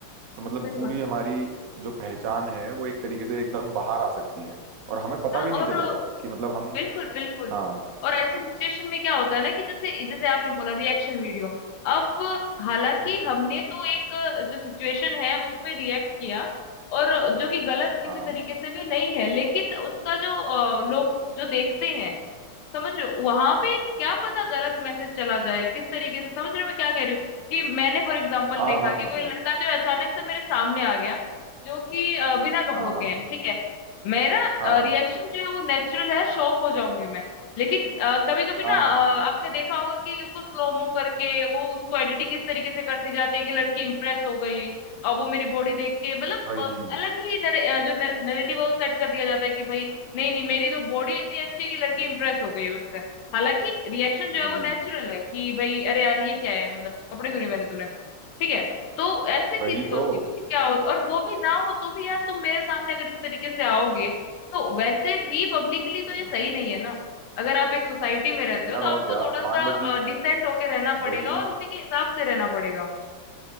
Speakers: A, on the right; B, on the left.
A: तो मतलब
B: बिल्कुल
A: पूरी हमारी जो पहचान है वो एक तरीके से एकदम बाहर आ सकती है और हमें पता
B: हाँ
A: भी नहीं
B: और
A: चलेगा कि मतलब हम
B: बिल्कुल बिल्कुल
A: हाँ
B: और ऐसे सिचुएशन में क्या होता है ना कि जैसे जैसे आपने बोला रिएक्शन वीडियो अब हालांकि
A: हम्म
B: हमने तो एक जो सिचुएशन है उस पे रिएक्ट किया और जो कि गलत किसी
A: हाँ
B: तरीके से भी नहीं है लेकिन उसका जो अ, लोग जो देखते हैं समझ रहे हो वहां पे क्या पता गलत मैसेज चला जाए किस तरीके से समझ रहे हो मैं क्या कह रही हूँ कि मैंने फॉर एग्जाम्पल
A: हाँ
B: देखा
A: हाँ
B: कि
A: और
B: कोई
A: क्या
B: लड़का जो है, अचानक से मेरे सामने आ गया जो कि अ, बिना कपड़ों
A: हाँ
B: के हैं ठीक है मेरा
A: हाँ
B: रिएक्शन जो है वो नेचुरल है शॉक हो जाऊंगी मैं लेकिन कभी कभी
A: हाँ
B: ना अ, आपने देखा होगा कि उसको स्लोमो करके वो उसको एडिटिंग इस तरीके से करती जाती है कि लड़की इंप्रेस हो गई और वो मेरी बॉडी देख के मतलब
A: वही
B: अ, अलग ही नरे, अ, जो नरेटिव है वो सेट कर दिया जाता है कि भाई नहीं नहीं मेरी तो बॉडी इतनी अच्छी है कि लड़की इंप्रेस हो गई है उससे हालांकि रिएक्शन जो है
A: वही
B: वो नेचुरल है कि भाई अरे यार ये क्या है मतलब कपड़े क्यों नहीं पहने तूने ठीक है तो ऐसी चीजें
A: वही तो
B: होती है पता है क्या होता और वो भी ना हो तो भी यार तुम मेरे सामने अगर इस तरीके से आओगे तो वैसे भी पब्लिकली तो
A: हम्म
B: ये सही नहीं है ना अगर आप एक सोसाइटी में रहते
A: यार
B: हो तो
A: और
B: आपको
A: क्या
B: थोड़ा
A: मान
B: सा
A: लो कि
B: डिसेंट होके रहना पड़ेगा
A: वही
B: और उसी के हिसाब से रहना पड़ेगा